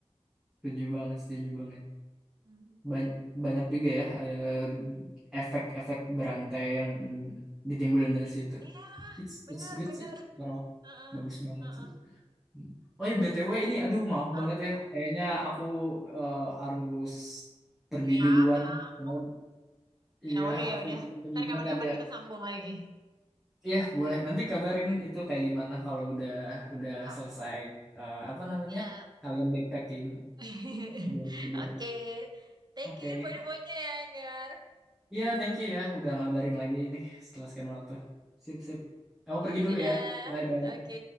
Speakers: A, in the centre; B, on the right.
A: Setuju banget, setuju banget.
B: Hmm.
A: Ban- banyak juga ya eh, efek-efek berantai yang mm, ditimbulin dari situ.
B: Iya,
A: It's
B: bener-bener.
A: it's good sih, bro.
B: Heeh.
A: Bagus banget
B: Heeh.
A: sih. Mm. Oh ya BTW
B: Eh,
A: ini aduh maaf
B: ah,
A: banget ya. Kayaknya aku eh, harus pergi
B: ya
A: duluan.
B: kamu.
A: Ya, Iya,
B: Ya udah
A: aku
B: ya udah. Ntar
A: ingat
B: kapan-kapan
A: ada
B: kita sambung lagi.
A: Iya, boleh. Nanti kabarin itu kayak gimana kalau udah udah
B: Yap.
A: selesai eh, apa namanya?
B: Ya.
A: Kalian backpacking,
B: <laughs>
A: tidur-tidur.
B: Oke. Thank
A: Oke.
B: you info-infonya ya, Anggar.
A: Iya, thank you ya udah ngabarin lagi ini setelah sekian waktu. Sip, sip. Aku
B: Ya,
A: pergi dulu
B: dadah.
A: ya. Bye bye.
B: Oke.